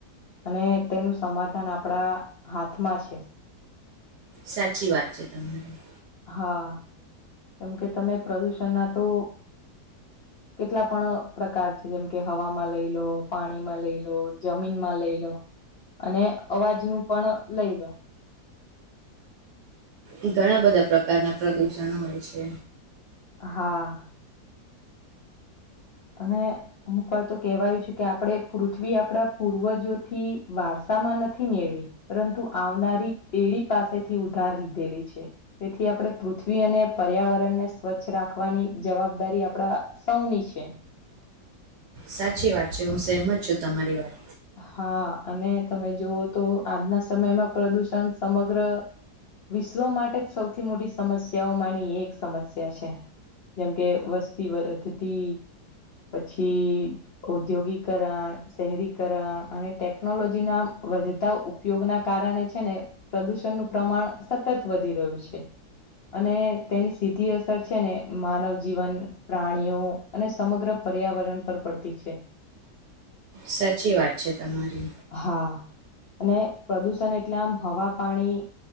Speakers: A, on the left (about 75°); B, on the right (about 80°).
A: અને તેનું સમાધાન આપણા હાથમાં છે.
B: સાચી વાત છે તમારી.
A: હા, કેમકે તમે પ્રદુષણના તો કેટલા પણ પ્રકાર છે. જેમ કે હવામાં લઈ લો, પાણીમાં લઈ લો, જમીનમાં લઈ લો અને અવાજનું પણ લઈ લો.
B: ઈ ઘણા બધા પ્રકારના પ્રદુષણ હોય છે.
A: હા. અને અમુક વાર તો કહેવાયું છે કે આપળે પૃથ્વી આપણા પૂર્વજોથી વારસ આમાં નથી મેળવી પરંતુ આવનારી પેઢી પાસેથી ઉધાર લીધેલી છે. તેથી આપળે પૃથ્વી અને પર્યાવરણ ને સ્વચ્છ રાખવાની જવાબદારી આપડા સૌની છે.
B: સાચી વાત છે. હું સેહમત છું તમારી વાત
A: હા, અને તમે જોવો તો આજના સમયમાં પ્રદુષણ સમગ્ર વિશ્વ માટે જ સૌથી મોટી સમસ્યાઓમાની એક સમસ્યા છે. જેમ કે વસ્તી વધતી પછી ઔદ્યોગીકરા શહેરી કરા અને ટેકનોલોજીના વધતા ઉપયોગના કારણે છે ને પ્રદુષણનું પ્રમાણ સતત વધી રહ્યું છે. અને તેની સીધી અસર છે ને માનવ જીવન, પ્રાણીઓ અને સમગ્ર પર્યાવરણ પર પડતી છે.
B: સાચી વાત છે તમારી.
A: હા, અને પ્રદુષણ એટલે આમ હવા પાણી